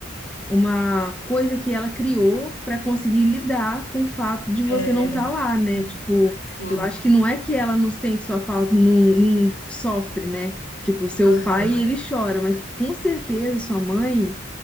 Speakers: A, in the centre; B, on the left.
A: uma coisa que ela criou para conseguir lidar com o fato de você
B: É...
A: não estar lá, né?
B: uhum,
A: Tipo,
B: Sim,
A: eu acho que não é que ela não sente sua falta, não, não sofre, né? Tipo, seu
B: aham,
A: pai, ele chora, mas com certeza sua mãe,